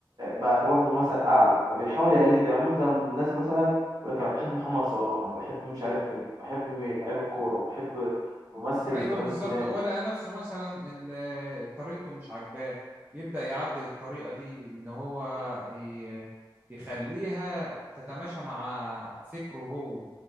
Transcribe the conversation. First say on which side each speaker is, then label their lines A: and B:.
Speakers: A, on the right (about 50°); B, on the right (about 20°).
A: بقى واخده مثل اعلى فبيحاول يقلده يعني مثلا الناس مثلا يقول لك انا بحب محمد صلاح انا بحب مش عارف مين بحب مين لعيب الكوره بحب ممثل
B: ايوه
A: الفلان
B: بالظبط
A: الفلاني
B: هو لقى نفسه مثلا ال- طريقته مش عاجباه يبدأ يعدل الطريقة دي ان هو ي- يخليها تتماشى مع فكره هو